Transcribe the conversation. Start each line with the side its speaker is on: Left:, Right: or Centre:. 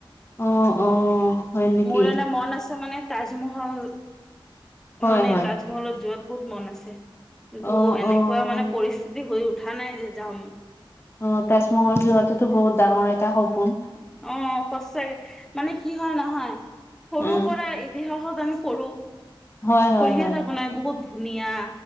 Left: অ', অ', হয় নেকি?
Centre: মোৰ এটা মন আছে মানে তাজমহল
Left: হয়,
Centre: মানে
Left: হয়,
Centre: তাজমহলত যোৱাত বহুত মন আছে। কিন্তু
Left: অ', অ',
Centre: এনেকুৱা মানে পৰিস্থিতি হৈ উঠা নাই যে যাম।
Left: অ তাজমহল যোৱাততো বহুত ডাঙৰ এটা সপোন।
Centre: উম সচাকে মানে কি হয় নহয় সৰুৰ
Left: উম,
Centre: পৰাই ইতিহাসত। আমি পঢ়ো
Left: হয়, হয়,
Centre: পঢ়িয়ে
Left: হয়,
Centre: থাকো নি বহুত ধুনীয়া।